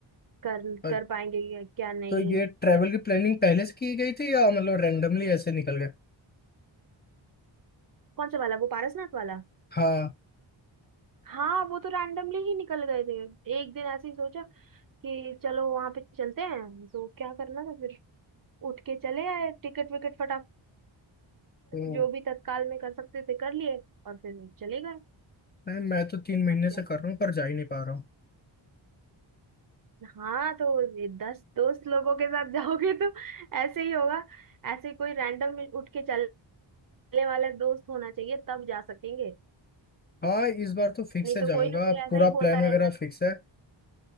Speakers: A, on the right; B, on the left.
A: कर
B: अ-
A: कर पाएंगे क्या क्या नहीं
B: तो ये
A: क्या
B: ट्रैवल की प्लानिंग पहले से की गई थी या मतलब रैंडमली ऐसे निकल गए
A: कौन सा वाला वो पारसनाथ वाला
B: हाँ
A: हाँ वो तो रैंडमली ही निकल गए थे एक दिन ऐसे ही सोचा कि चलो वहां पे चलते हैं तो क्या करना था फिर उठ के चले आए टिकट विकट फटाफट
B: तो
A: जो भी तत्काल में कर सकते थे कर लिए और फिर चले गए
B: मैं मैं तो तीन महीने
A: और क्या
B: से कर रहा हूँ पर जा ही नहीं पा रहा हूँ
A: हाँ तो ये दस दोस्त लोगों के साथ जाओगे तो ऐसे ही होगा ऐसे कोई रैंडम उठ के चलने वाला दोस्त होना चाहिए तब जा सकेंगे
B: हाँ इस बार तो फिक्स
A: नहीं
B: है
A: तो
B: जाऊंगा
A: कोई ना कोई ऐसा
B: पूरा
A: ही बोलता
B: प्लान
A: रहेगा
B: वगैरह फिक्स है